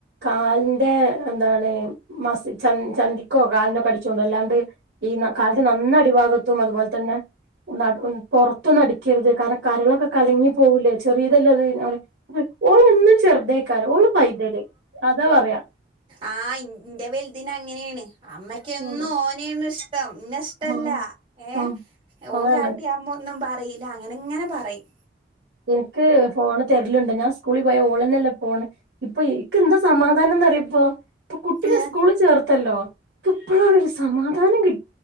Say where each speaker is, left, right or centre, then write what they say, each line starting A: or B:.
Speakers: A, on the right (about 75°); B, on the right (about 30°).
A: കാലിന്റെ എന്താണ് മസി ച ചൻദിക്കോ കാലിനോക്ക അടിച്ചോണ്ടി അല്ലാണ്ട് ഈ കാൽൻ്റെ നന്ന അടിഭാഗത്തും അതുപോലെ തന്നെ നടു പൊർത്തൊന്നടി ക്കരുത് കാരണം കരളൊക്കെ കലങ്ങി പോകൂല്ലേ ചെറിയതല്ലേ അത് ഞാൻ പറിം ഓള് എന്നും ചെറുതേക്കാരം ഓള് പൈതല് അതാ പറയാ
B: ആഹ് ഇൻ ൻ തിന് അങ്ങനെയാണ് അമ്മയ്ക്കെന്നും
A: ഓ
B: ഓനെയാണ് ഇഷ് ടം ഇന്നെ ഇഷ്ടല്ല
A: ആഹ്
B: ഏ
A: ആഹ്
B: ഓൻ
A: അതാണ്
B: കാട്ടിയാ അമ്മ ഒന്നും പ റീല അങ്ങനെ ഇങ്ങനെ പറയും
A: ഇൻക് ഫോണ് തെരല്ണ്ടൊ ഞാൻ സ്കൂളിൽ പോയ ഓളെന്നെല്ലേ ഫോണ് ഇപ്പൊ ഇൻക് എന്താ സമാധാനം ന്നറിയൊപ്പോ ഇപ്പോ കുട്ടിനെ
B: ഏ
A: സ്കൂളിൽ ചേർത്തല്ലോ ൻക് ഇപ്പളാണ് ഒരു സമാധാനം കി